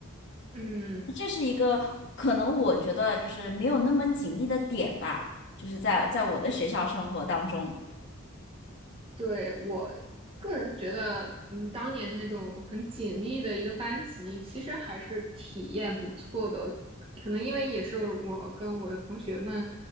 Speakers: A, on the right (about 25°); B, on the left (about 55°).
A: 嗯，
B: 这是一个可能我觉得就是没有那么紧密的点吧，就是在在我的学校生活当中。
A: 对，我个人觉得，嗯，当年那种很紧密的一个班级，其实还是体验不错的。可能因为也是我跟我的同学们，